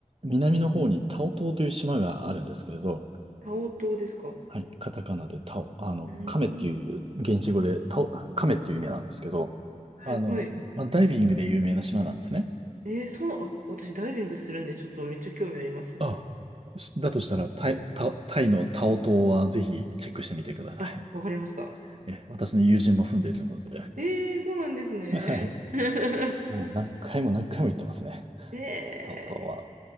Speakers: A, on the right; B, on the right.
A: 南の方にタオ島という島があるんですけれど、
B: タオ島ですか
A: はい、カタカナでタオ、あの、
B: うん。
A: カメっていう、現地語でタオ、カメっていう意味なんですけど、あの、
B: はいはい。
A: まあ、ダイビングで有名な島なんですね。
B: えー、そう、あ、私ダイビングするんで、ちょっとめっちゃ興味あります。
A: あ、しだとしたら、タイ、タ、タイのタオ島はぜひチェックしてみてください。
B: あ、わかりました。
A: え、私の友人も住んでいるので。
B: ええそうなんですね。
A: はい。
B: <laughs>
A: もう何回も何回も行ってますね。
B: ええ
A: タオ島は。